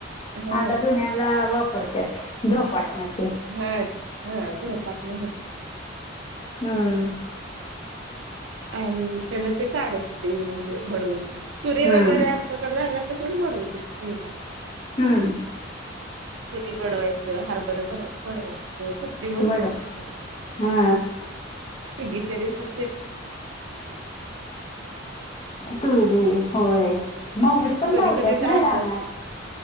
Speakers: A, on the right; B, on the left.
A: हा
B: आता धुन्याला वापरत्यात धोपाटन ते
A: हा ह् धोपाटण म्हण
B: हम्म
A: आणि त्याला ते काढत होते म्हणजे बडवून तुरे
B: हम्म
A: वगैरे आमच्याकडे झाल्यात तसच वाडवत्याती ती पहिला
B: हम्म
A: तुरी बडवायचं हारबरं बड बडवायचं यलोग
B: बड
A: बडवायच
B: हा
A: सुगीच्या दिवसात तेच
B: तुरी होय महुरी
A: आणि असं
B: पण
A: कधी
B: लावत्यात
A: कधी
B: नाही
A: तर असं
B: रानात